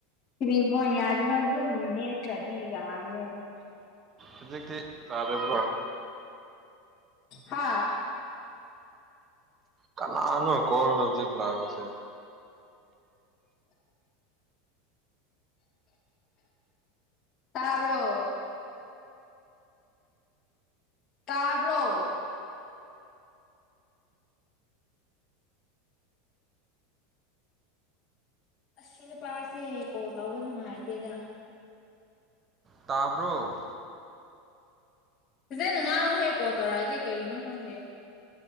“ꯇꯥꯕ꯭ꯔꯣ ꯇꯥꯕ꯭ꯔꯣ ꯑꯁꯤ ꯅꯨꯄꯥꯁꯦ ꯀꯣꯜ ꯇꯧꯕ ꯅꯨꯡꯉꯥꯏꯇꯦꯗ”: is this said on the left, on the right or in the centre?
Left